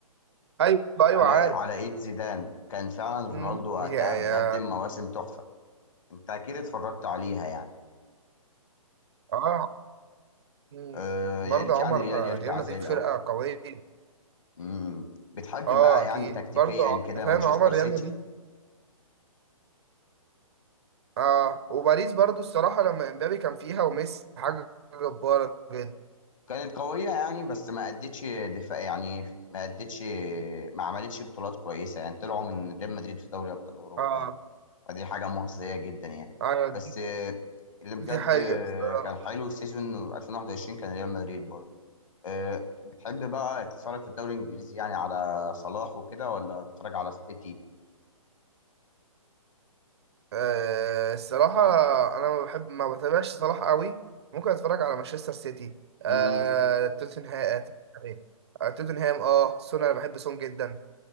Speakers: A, on the right; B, on the left.
A: ايوه ايوه
B: على
A: عارف
B: على ايد زيدان كان فعلا رونالدو
A: امم
B: وقتها
A: يا
B: بيقدم
A: يا
B: مواسم تحفة انت اكيد اتفرجت عليها يعني
A: اه امم
B: أه
A: برضه
B: يا ريت
A: عمر
B: يعني ريال يرجع
A: آه، ريال مدريد
B: زي الاول
A: فرقة قوية
B: امم بتحب
A: اه
B: بقى
A: اكيد
B: يعني تكتيكيا
A: برضه ع-
B: كده
A: أنت فاهم
B: مانشستر
A: عمر ريال
B: سيتي
A: مدريد اه وباريس برضه الصراحة لما امبابي كان فيها وميسي حاجة جبارة جدا
B: كانت قوية يعني بس ما ادتش دفاع يعني ما ادتش ما عملتش بطولات كويسة يعني طلعوا من ريال مدريد في دوري ابطال اوروبا
A: اه
B: يعني فدي حاجة مخزية جدا يعني
A: ايوه
B: بس
A: دي
B: آه، اللي بجد
A: دي حقيقة
B: آه،
A: الصراحة
B: كان حلو السيزون 2021 كان ريال مدريد برضه أه بتحب بقى تتفرج في الدوري الانجليزي يعني على صلاح وكده ولا تتفرج على السيتي
A: أه الصراحة أنا ما بحب ما بتابعش صلاح قوي ممكن أتفرج على مانشستر سيتي أه
B: مم،
A: توتنهام إيه؟ أه توتنهام أه سون أنا بحب سون جدا